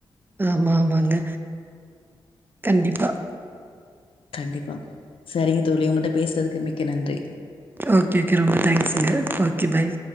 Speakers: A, on the right; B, on the left.
A: ஆமா ஆமாங்க கண்டிப்பா
B: கண்டிப்பா சரிங்க தோழி ஒங்கட்ட பேசுறதுக்கு மிக்க நன்றி
A: ஓகே ஓகே ரொம்ப தேங்க்ஸுங்க ஓகே பாய்